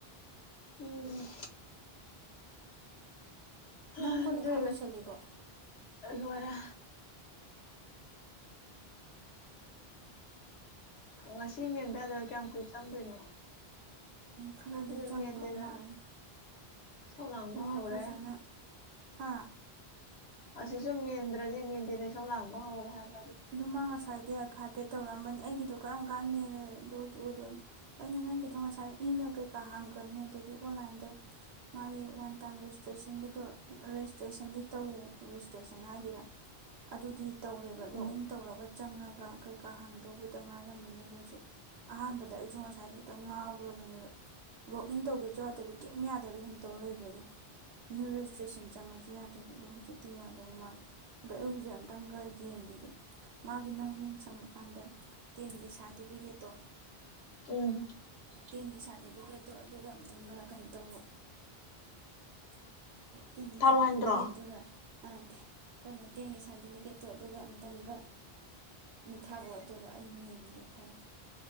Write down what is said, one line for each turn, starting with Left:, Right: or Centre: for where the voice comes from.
Left: ꯎꯝ
Right: ꯅꯪ
Left: ꯑꯗꯨ
Right: ꯀꯣꯜ ꯂꯤꯈꯥꯛ ꯂꯣꯏꯁꯜꯂꯤꯕꯣ
Left: ꯂꯔ ꯉꯁꯤ ꯃꯦꯟꯗꯥꯗ ꯀꯌꯥꯝ ꯀꯨꯏ ꯆꯪꯗꯣꯏꯅꯣ
Right: ꯈꯔꯗꯤ
Left: ꯁꯤꯁꯨ
Right: ꯆꯪꯗꯧ
Left: ꯃꯦꯟꯗꯦꯅ
Right: ꯃꯥꯜꯂꯤꯅꯤ
Left: ꯏꯁꯧ ꯂꯥꯡꯕ
Right: ꯑꯗꯨꯅ
Left: ꯍꯧꯔꯦ
Right: ꯐꯖꯅ ꯍꯥꯥ
Left: ꯑꯁꯤꯁꯨ ꯃꯦꯟꯗ꯭ꯔꯗꯤ ꯃꯦꯟꯇꯦꯅꯦꯟꯁ ꯌꯥ ꯂꯥꯡꯕ ꯍꯧꯔꯦ ꯍꯥꯏꯕ
Right: ꯑꯗꯨ ꯃꯥ ꯉꯁꯥꯏꯗꯤꯏ ꯐ ꯄꯦ ꯇꯧꯔꯝꯕꯅꯤ ꯑꯩꯒꯤꯗꯣ ꯀꯔꯝ ꯀꯥꯟ ꯃꯦꯜꯂꯦ ꯑꯗꯨꯗꯨꯗꯣ ꯑꯩꯅ ꯅꯪꯒꯤꯗꯣ ꯉꯁꯥꯏ ꯏꯃꯦꯜ ꯀꯩꯀꯥ ꯍꯥꯡꯈ꯭ꯔꯕꯅꯦ ꯑꯗꯒꯤ ꯑꯣꯟꯂꯥꯏꯟꯗ ꯃꯥꯒꯤ ꯋꯥꯟ ꯇꯥꯏꯝ ꯔꯦꯖꯤꯁꯇ꯭ꯔꯦꯁꯟꯒꯤꯗꯣ ꯔꯦꯖꯤꯁꯇ꯭ꯔꯦꯁꯟꯗꯤ ꯇꯧ ꯔꯦꯖꯤꯁꯇ꯭ꯔꯦꯁꯟ ꯍꯥꯏꯗꯔꯥ ꯑꯗꯨꯗꯤ ꯇꯧꯔꯦꯕ ꯂꯣꯛ ꯂꯣꯛ
Left: ꯎꯝ
Right: ꯏꯟ ꯇꯧꯔꯒ ꯆꯪꯉꯒ ꯀꯩꯀꯥ ꯍꯥꯡꯗꯧꯕꯗ ꯉꯥꯏꯔꯝꯕꯅꯦꯕ ꯍꯧꯖꯤꯛ ꯑꯍꯥꯟꯕꯗ ꯑꯩꯁꯨ ꯉꯁꯥꯏꯗ ꯍꯦꯛꯇ ꯉꯥꯎꯈ꯭ꯔꯕꯅꯦꯕ ꯂꯣꯛ ꯏꯟ ꯇꯧꯒꯦꯁꯨ ꯌꯥꯗꯕꯤ ꯀꯔꯤꯝ ꯌꯥꯗꯕꯤ ꯑꯗꯨꯝ ꯇꯧ ꯂꯩꯕꯒꯤ ꯅ꯭ꯌꯨ ꯔꯦꯖꯤꯁꯇ꯭ꯔꯦꯁꯟ ꯆꯪꯉꯁꯨ ꯌꯥꯗꯕꯤ ꯑꯗꯣ ꯍꯧꯖꯤꯛꯇꯤ ꯌꯥꯗꯧ ꯃꯥꯜꯜꯂꯤꯦ ꯑꯗꯣ ꯑꯩ ꯍꯧꯖꯤꯛ ꯑꯝꯇꯪꯒ ꯌꯦꯡꯈꯤꯒꯦ ꯃꯥꯒꯤ ꯅꯪ ꯍꯣꯔꯦꯟ ꯆꯪꯉꯀꯥꯟꯗ ꯇꯦꯟꯒꯤ ꯁꯥꯔꯇꯤꯐꯤꯀꯦꯠꯇꯣ
Left: ꯎꯝ
Right: ꯇꯦꯟꯒꯤ ꯁꯥꯔꯇꯤꯐꯤꯀꯦꯠꯇꯣ ꯑꯗꯨꯒ ꯑꯝꯇꯪꯒ ꯀꯩꯅꯣ ꯇꯋ ꯇꯦꯟꯒꯤ
Left: ꯊꯥꯔꯛꯑꯣ
Right: ꯁꯥꯔꯇꯤꯐꯤꯀꯦꯠꯇꯨꯒ
Left: ꯍꯥꯏꯟꯗ꯭ꯔꯣ
Right: ꯑꯥꯦ ꯃꯇ ꯃꯇꯦꯡꯒꯤ ꯁꯥꯔꯇꯤꯐꯤꯀꯦꯠꯇꯣ ꯑꯗꯨꯒ ꯑꯃꯨ ꯈꯤꯇꯪꯒ ꯊꯥꯔꯑꯣ ꯑꯗꯨꯒ ꯑꯩ ꯃꯦꯟꯒꯦ ꯈꯔ